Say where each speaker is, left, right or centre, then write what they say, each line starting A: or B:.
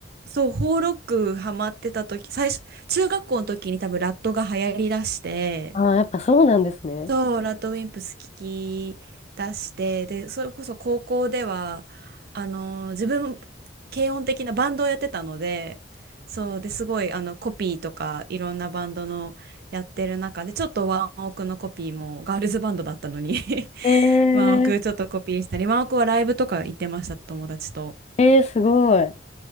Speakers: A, on the right; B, on the left.
A: そう、ホーロックハマってた時、最初、中学校の時に多分ラットが流行りだして、
B: ああー、やっぱそうなんですね。
A: そう、ラッドウィンプス聞き出して、で、それこそ高校では、あの、自分、軽音的なバンドをやってたので、そう、で、すごい、あの、コピーとか、いろんなバンドのやってる中で、ちょっとワンオクのコピーも、ガールズバンドだったのに <laughs>
B: え
A: ワンオクちょっとコピーしたり、ワンオクはライブとか行ってました、友達と。
B: ー、えー、すごい。